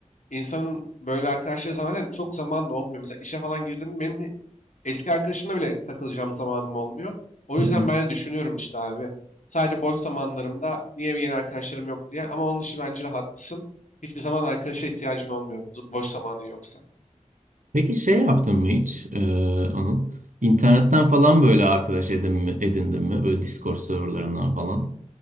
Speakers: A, on the left; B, on the right.
A: İnsanın böyle arkadaşları zaten çok zamanla olmuyor. Mesela işe falan girdim benim Eski arkadaşımla bile takılacağım zamanım olmuyor. O
B: hı
A: yüzden
B: hı.
A: ben de düşünüyorum işte abi. Sadece boş zamanlarımda niye bir yeni arkadaşlarım yok diye. Ama onun için bence de haklısın. Hiçbir zaman arkadaşa ihtiyacın olmuyor boş zamanın yoksa.
B: Peki şey yaptın mı hiç e, Anıl? İnternetten falan böyle arkadaş edin mi, edindin mi? Böyle Discord serverlarından falan.